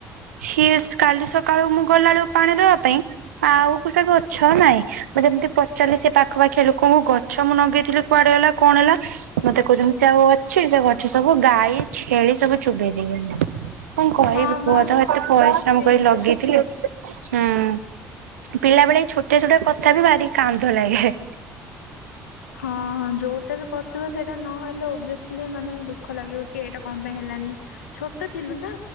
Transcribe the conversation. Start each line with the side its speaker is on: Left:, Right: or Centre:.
Right: ସିଏ ଶ୍ କାଲି ସକାଳୁ ମୁଁ ଗଲାଳୁ ପାଣି ଦବା ପାଇଁ ଆଉ କୁ ସେ ଗଛ ନାଇଁ ମୁଁ ଯେମିତି ପଚାରିଲି ସେ ପାଖପାଖିଆ ଲୋକଙ୍କୁ ଗଛ ମୁଁ ନଗେଇଥିଲି କୁଆଡେ ଗଲା କଣ ହେଲା ମତେ କହୁଚନ୍ତି ସେ ଆଉ ଅଛି ସେ ଗଛ ସବୁ ଗାଈ, ଛେଳି ସବୁ ଚୋବେଇ ଦେଇ <unintelligible> କଁ କହିବି
Left: ହଁ
Right: କୁହ
Left: ବା
Right: ତ ଏତେ ପରିଶ୍ରମ
Left: ସେଇଟା।
Right: କରି ଲଗେଇଥିଲି ହୁଁ ପି ପିଲା ବେଳେ ଏଇ ଛୋଟିଆ ଛୋଟିଆ କଥା ବି ଭାରି କାନ୍ଧ ଲାଗେ
Left: ହଁ ଯୋଉଟା ବି କରିଥିବ ସେଇଟା ନହଲେ ଓବିଅସ୍ ଲି ମାନେ ଦୁଃଖ ଲାଗିବ କି ଏଇଟା କଁ ପାଇଁ ହେଲାନି ଛୋଟ ଥିଲୁ ନା